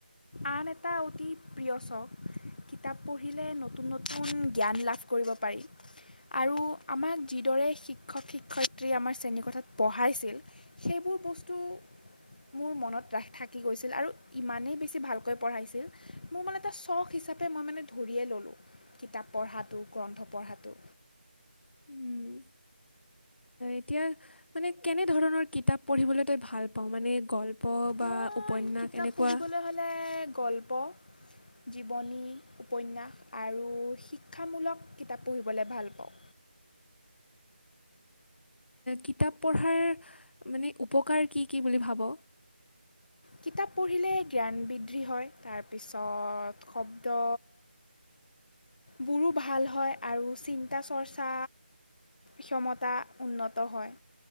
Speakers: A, on the left (about 55°); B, on the left (about 80°).
A: আন এটা অতি প্ৰিয় চখ৷কিতাপ পঢ়িলে নতুন নতুন জ্ঞান লাভ কৰিব পাৰি আৰু আমাক যিদৰে শিক্ষক শিক্ষয়িত্ৰী আমাৰ শ্ৰেণীকোথাত পঢ়াইছিল সেইবোৰ বস্তু মোৰ মনত ৰাস থাকি গৈছিল আৰু ইমানেই বেছি ভালকৈ পঢ়াইছিল মোৰ মানে এটা চখ হিচাপে মই মানে ধৰিয়েই ল'লোঁ কিতাপ পঢ়াটো গ্ৰন্থ পঢ়াটো
B: উম, এতিয়া মানে কেনেধৰণৰ কিতাপ পঢ়িবলৈ তই ভাল পাওঁ মানে গল্প বা
A: মই
B: উপন্যাস
A: কিতাপ
B: এনেকুৱা
A: পঢ়িবলৈ হ'লে গল্প জীৱনী উপন্যাস আৰু শিক্ষামূলক কিতাপ পঢ়িবলৈ ভাল পাওঁ
B: কিতাপ পঢ়াৰ মানে উপকাৰ কি কি বুলি ভাব
A: কিতাপ পঢ়িলে জ্ঞান বৃদ্ধি হয় তাৰপিছত শব্দ বোৰো ভাল হয় আৰু চিন্তা চৰ্চা ক্ষমতা উন্নত হয়